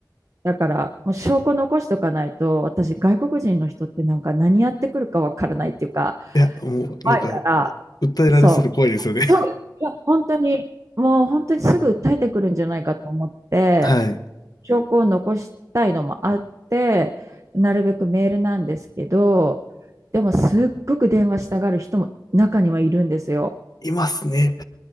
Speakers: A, on the right; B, on the left.
A: だから、もう証拠残しとかないと、私、外国人の人ってなんか何やってくるかわからないっていうか、
B: いや、もう、
A: 怖いから、
B: なんか、訴えられそうで怖いですよね。
A: そう。そう。いや、本当に、もう本当にすぐ訴えてくるんじゃないかと思って、
B: <laughs> はい。
A: 証拠を残したいのもあって、なるべくメールなんですけど、でもすっごく電話したがる人も中にはいるんですよ。
B: いますね。